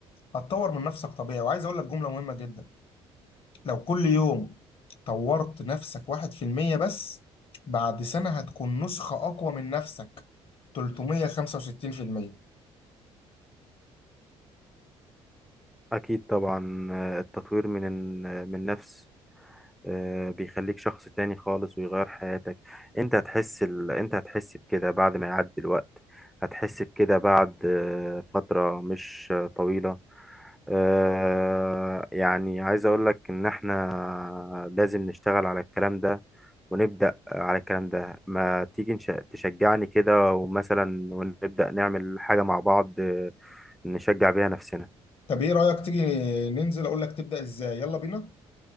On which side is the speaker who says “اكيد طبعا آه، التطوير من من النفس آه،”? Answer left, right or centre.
Centre